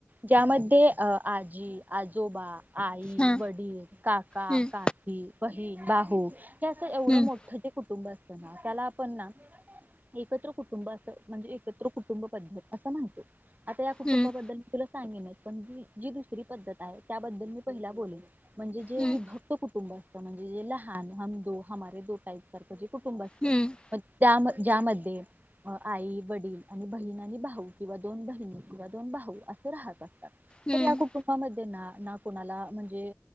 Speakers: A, on the right; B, on the left.
A: त्यामध्ये अ आजी-आजोबा. आई,
B: हा
A: वडील, काका,
B: हम्म
A: काकी, बहीण, बाहू. हे असं एवढं
B: हम्म
A: मोठं जे कुटुंब असतं ना त्याला आ पण ना, एकत्र कुटुंब असं म्हणजे एकत्र कुटुंब पद्धत असं म्हणतो. आता या कुटुंबाबद्दल
B: हम्म
A: मी तुला सांगेनच, पण जी जी दुसरी पद्धत आहे त्याबद्दल मी पहिला बोलेन. म्हणजे जे
B: हम्म
A: विभक्त कुटुंब असतं म्हणजे जे लहान, हम दो हमारे दो टाईप सारखं जे कुटुंब असतं,
B: हम्म
A: मग त्या ज्यामध्ये आई वडील आणि बहीण आणि भाऊ किंवा दोन बहिणी किंवा दोन भाऊ असं राहत अस तात
B: हम्म
A: तर या कुटुंबामध्ये ना ना कोणाला म्हणजे